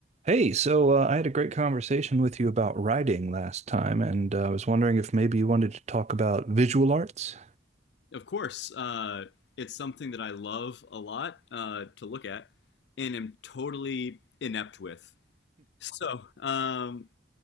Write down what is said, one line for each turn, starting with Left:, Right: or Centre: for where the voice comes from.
Right: Hey, so uh, I had a great conversation with you about writing last time, and uh, I was wondering if maybe you wanted to talk about visual arts?
Left: of course, uh, it's something that I love a lot uh, to look at and am totally inept with. So, um,